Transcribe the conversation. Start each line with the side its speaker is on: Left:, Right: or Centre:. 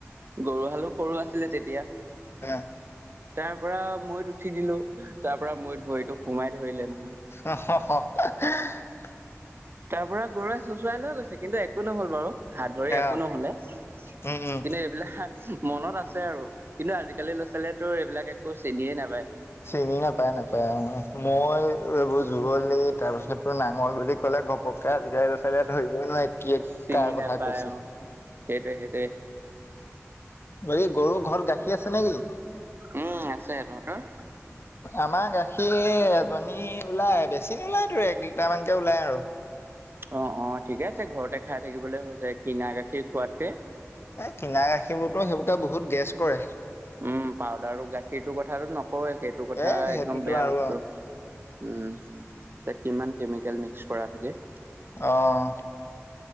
Right: গৰু হালো সৰু আছিলে তেতিয়া।
Left: আহ।
Right: তাৰ পৰা মৈ'ত উঠি দিলোঁ, তাৰ পৰা মৈ'ত ভৰিতো সোমাই ধৰিলে নহ
Left: <unintelligible>
Right: তাৰ পৰা গৰুৱে চুচৰাই লৈ গৈছে, কিন্তু একো নহ'ল বাৰু! হাত ভৰি
Left: অ
Right: একো নহ'লে। কিন্তু
Left: উম উম
Right: এইবিলাক মনত আছে আৰু, কিন্তু আজিকালি ল'ৰা-ছোৱালীয়ে তোৰ এইবিলাক একো চিনিয়ে নাপায়।
Left: চিনি নাপায়, নাপায় অ'। মৈ, তোৰ এইবোৰ জুৱলি, তাৰ পিছত তোৰ নাঙল বুলি ক'লে ঘপক কে আজিকালি লৰা-ছোৱালী ধৰিবই নোৱাৰে। কি?
Right: চিনি
Left: কাৰ কথা
Right: নাপায়
Left: কৈছে?
Right: অ সেইটোৱে সেইটোৱে
Left: হেৰি গৰু ঘৰত গাখীৰ আছে নে কি?
Right: উম আছে, তহঁতৰ?
Left: আমাৰ গাখীৰ এজনীৰ ওলায়, বেছি নোলায় তোৰ এক লিটাৰ মানকে ওলাই আৰু।
Right: অ' অ' ঠিকে আছে ঘৰতে খাই থাকিবলে হৈছে, কিনা গাখীৰ খোৱাতকে।
Left: এ কিনা গাখীৰবোৰতো সেইবোৰে বহুত গেছ কৰে।
Right: উম, পাউদাৰৰ গাখীৰটোৰ কথাটো ন। হয় সেইটো কথা
Left: এ সেইটোতো
Right: একদম বেয়া
Left: আৰু
Right: বস্তু। উম তাত কিমান কেমিকেল মিক্স কৰা থাকে।
Left: অহ।